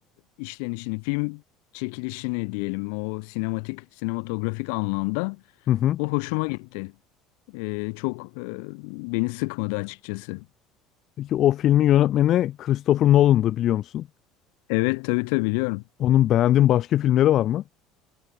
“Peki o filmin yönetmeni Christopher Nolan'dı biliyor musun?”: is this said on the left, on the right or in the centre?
Left